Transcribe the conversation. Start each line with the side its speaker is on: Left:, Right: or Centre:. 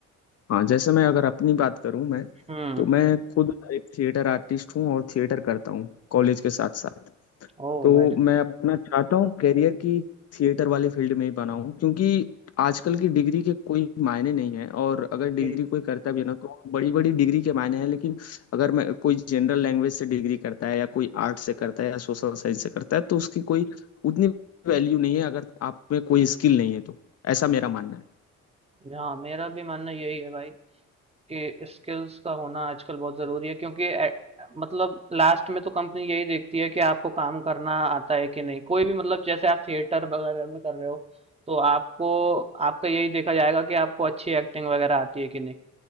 Left: हाँ जैसे मैं अगर अपनी बात करूँ मैं
Right: हुँ।
Left: तो मैं खुद एक थिएटर आर्टिस्ट हूँ और थिएटर करता हूँ कॉलेज के साथ साथ
Right: ओह!
Left: तो
Right: Very good
Left: मैं अपना चाहता हूँ कैरियर की थिएटर वाले फील्ड में ही बनाऊँ क्योंकि आजकल की डिग्री के कोई मायने नहीं है और अगर डिग्री
Right: जी।
Left: कोई करता भी है ना तो बड़ी बड़ी डिग्री के मायने हैं लेकिन अगर मैं कोई जनरल लैंग्वेज से डिग्री करता है या कोई आर्ट से करता है या सोशल साइंस से करता है तो उसकी कोई उतनी वैल्यू नहीं है अगर आप में कोई स्किल नहीं है तो ऐसा मेरा मानना है
Right: हाँ, मेरा भी मानना यही है भाई कि स्किल्स का होना आजकल बहुत ज़रूरी है क्योंकि ए मतलब लास्ट में तो कंपनी यही देखती है कि आपको काम करना आता है कि नहीं। कोई भी मतलब जैसे आप थिएटर वगैरह में कर रहे हो, तो आपको आपका यही देखा जाएगा कि आपको अच्छी एक्टिंग वगैरह आती है कि नहीं।